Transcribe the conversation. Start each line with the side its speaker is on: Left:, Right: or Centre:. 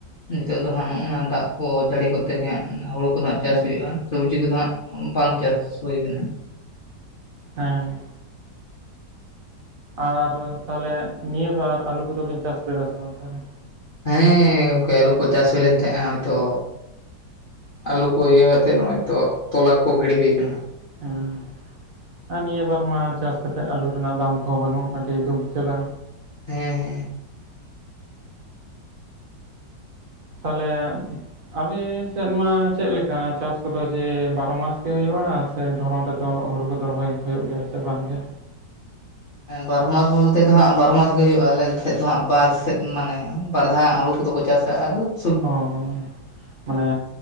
Left: ᱱᱤᱛᱚᱜ ᱫᱚ ᱦᱟᱸᱜ ᱱᱚᱜ-ᱚᱭ ᱱᱚᱣᱟ ᱫᱟᱜ ᱠᱚ ᱡᱟᱹᱲᱤ ᱜᱚᱫ ᱛᱮᱜᱮ ᱦᱟᱸᱜ ᱦᱩᱲᱩ ᱠᱚᱫᱚ ᱦᱟᱸᱜ
Right: ᱦᱮᱸ
Left: ᱪᱟᱥ ᱦᱩᱭᱩᱜᱼᱟ ᱥᱚᱵᱽᱡᱤ ᱠᱚᱫᱚ ᱦᱟᱸᱜ ᱵᱟᱝ ᱪᱟᱥ ᱦᱩᱭ ᱠᱟᱱᱟ᱾
Right: ᱦᱮᱸ ᱟᱨ ᱛᱟᱞᱦᱮ ᱱᱤᱭᱟᱹ ᱵᱟᱨ ᱟᱞᱩ ᱠᱩᱫᱚ ᱵᱮᱱ ᱪᱟᱥ ᱞᱮᱫᱟ ᱥᱮ ᱵᱟᱝ ᱛᱟᱞᱦᱮ᱾
Left: ᱦᱮᱸ ᱜᱚᱝᱠᱮ ᱟ. ᱞᱩ ᱠᱩ ᱪᱟᱥ ᱦᱩᱭ ᱞᱮᱱ ᱛᱟᱦᱮᱸᱜᱼᱟ ᱦᱚᱜᱚᱭ ᱛᱚ᱾ ᱟᱞᱩ ᱠᱩ ᱤᱭᱟᱹ ᱟᱛᱮᱫ ᱱᱚᱜᱚᱭ ᱛᱚ ᱛᱚᱞᱟ ᱠᱚ ᱜᱤᱰᱤ ᱦᱩᱭ ᱠᱟᱱᱟ ᱦᱟᱜ
Right: <inaudible> ᱟᱨ ᱱᱤᱭᱟᱹ ᱵᱟᱨ ᱢᱟ ᱪᱟᱥ ᱠᱟᱛᱮᱫ ᱟᱞᱩ ᱨᱮᱱᱟᱜ ᱫᱟᱢ ᱠᱚᱦᱚᱸ ᱵᱟᱹᱱᱩᱜ ᱟᱹᱰᱤ ᱫᱩᱠ ᱡᱟᱞᱟ᱾
Left: ᱦᱮᱸ
Right: ᱛᱟᱦᱚᱞᱮ ᱟᱵᱮ ᱥᱮᱫ ᱢᱟ ᱪᱮᱫ ᱞᱮᱠᱟ ᱪᱟᱥ ᱠᱚᱫᱚ ᱡᱮ ᱵᱟᱨᱚ ᱢᱟᱥ ᱜᱮ ᱦᱩᱭᱩᱜᱼᱟ᱾ ᱟᱯᱮ ᱫᱷᱚᱨᱚᱱ ᱨᱮᱫᱚ ᱦᱩᱲᱩ ᱠᱚᱫᱚ ᱨᱚᱦᱚᱭ ᱦᱩᱭᱩᱜ ᱜᱮᱭᱟ ᱥᱮ ᱵᱟᱝ ᱜᱮ?
Left: ᱵᱟᱨᱳ ᱢᱟᱥ ᱳᱱᱛᱮ ᱫᱚ ᱦᱟᱸᱜ ᱵᱟᱨᱳ ᱢᱟᱥ ᱜᱮ ᱦᱩᱭᱩᱜ -ᱟ᱾ ᱟᱞᱮ ᱥᱮᱫ ᱫᱚ ᱦᱟᱸᱜ ᱵᱟᱨ ᱥᱮᱫ ᱢᱟᱱᱮ ᱵᱟᱨ ᱫᱷᱟᱣ ᱦᱩᱲᱩ ᱠᱩᱫᱚ ᱠᱚ ᱪᱟᱥ᱾ <unintelligible>
Right: ᱚ ᱦᱚᱸᱢᱟᱱᱮ